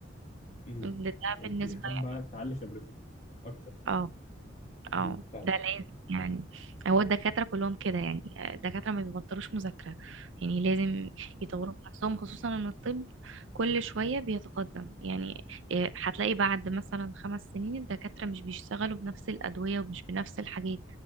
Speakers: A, on the left (about 35°); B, on the right (about 75°).
A: مم.
B: ده ده
A: يعني
B: بالنسبة
A: انت حابه
B: يعني
A: تعلي خبرتك اكتر
B: اه اه
A: مم. فاهمك
B: ده لازم يعني هو الدكاترة كلهم كده يعني الدكاترة ما بيبطلوش مذاكرة يعني لازم يطوروا من نفسهم خصوصا ان الطب كل شوية بيتقدم يعني إيه، هتلاقي بعد مثلا خمس سنين الدكاترة مش بيشتغلوا بنفس الأدوية ومش بنفس الحاجات